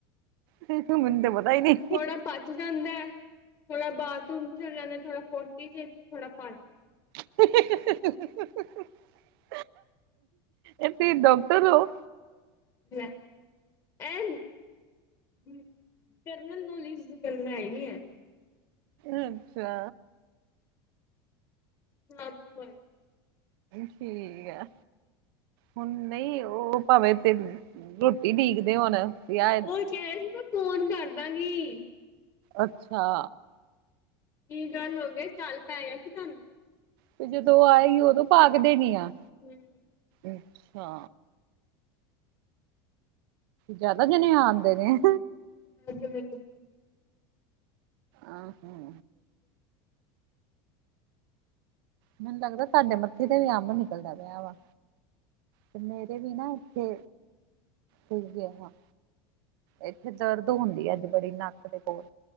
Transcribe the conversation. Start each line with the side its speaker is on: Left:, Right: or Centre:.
Right: ਫਿਰ ਤੇ ਮੁਨ ਤੇ ਪਤਾ ਈ ਨਈ।
Left: ਥੋੜਾ ਪਚ ਜਾਂਦਾ ਐ, ਥੋੜਾ ਬਾਥਰੂਮ ਚ ਚੱਲ ਜਾਂਦਾ, ਥੋੜਾ ਪੋਟੀ ਚ ਥੋੜਾ ਭਰ
Right: <unintelligible> <unintelligible> ਏ ਤੇ ਡਾਕਟਰ ਔ?
Left: ਲੈ ਐਨ ਜਰਨਲ ਨੌਲੇਜ ਦੀ ਗੱਲਾਂ ਹੈਗੀਐਂ।
Right: ਅੱਛਾ।
Left: ਹਾਂ ਫੇਰ ਬਾਏ।
Right: ਠੀਕ ਐ। ਹੁਣ ਨਈ ਓ ਭਾਵੇਂ ਤੇ ਰੋਟੀ ਉਡੀਕਦੇ ਹੋੁਣ ਵਿਆ
Left: <unintelligible> ਫੋਨ ਕਰਦਾਂ ਗੀ।
Right: ਅੱਛਾ।
Left: ਕੀ ਗੱਲ ਹੋ ਗਏ ਚੱਲ ਪੈ ਗਿਆ ਕਿ ਤੁਹਾਨੂੰ।
Right: ਤੇ ਜਦੋਂ ਉਹ ਆਏਗੀ ਉਦੋਂ ਭਗਦੇਣੀ ਆ।
Left: ਹਮ।
Right: ਅੱਛਾ। ਜਿਆਦਾ ਜਣੇ ਆਉਂਦੇ ਨੇ।
Left: ਰੇ
Right: ਆਹੋ ਮੈਨੂੰ ਲੱਗਦਾ ਤੁਹਾਡੇ ਮੱਥੇ ਤੇ ਵੀ ਅੰਬ ਨਿਕਲਦਾ ਪਿਆ ਵਾ। ਤੇ ਮੇਰੇ ਵੀ ਨਾ ਇੱਥੇ ਫੁੱਲ ਗਿਆ। ਇੱਥੇ ਦਰਦ ਹੁੰਦੀ ਹੈ ਅੱਜ ਬੜੀ ਨੱਕ ਦੇ ਕੋਲ